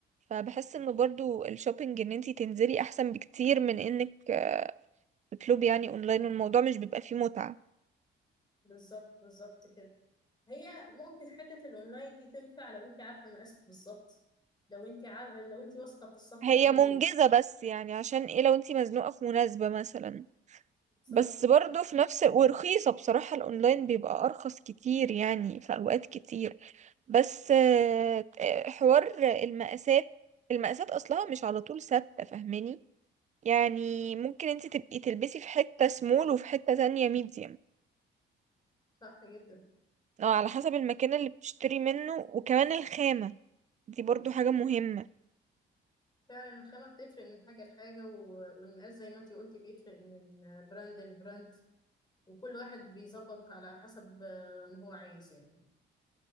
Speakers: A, on the right; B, on the left.
A: فبحس ان برضو الشوبينج ان انتي تنزلي احسن بكتير من انك آه، تطلبي يعني اونلاين والموضوع مش بيبقى فيه متعة
B: بالظبط بالظبط كده هي ممكن حته الاونلاين دي تنفع لو انت عارفه مقاسك بالظبط لو انت عارفه لو انت واثقه في الصفحه
A: هي
B: دي
A: منجزة
B: و...
A: بس يعني عشان ايه لو انتي مزنوقة في مناسبة مثلا
B: بالظبط
A: بس برضه في نفس ورخيصة بصراحة الأونلاين بيبقى أرخص كتير يعني في أوقات كتير بس آه، آه، حوار المقاسات المقاسات أصلها مش على طول ثابتة فاهماني يعني ممكن انت تبقي تلبسي في حتة سمول وفي حتة تانية ميديم
B: صح جدا
A: أو على حسب المكان اللي بتشتري منه وكمان الخامة دي برضو حاجة مهمة
B: فعلا الخامة بتفرق من حاجة لحاجة و- والمقاس زي ما انتي قلتي بيفرق من براند لبراند وكل واحد بيظبط على حسب آه، ما هو عايز يعني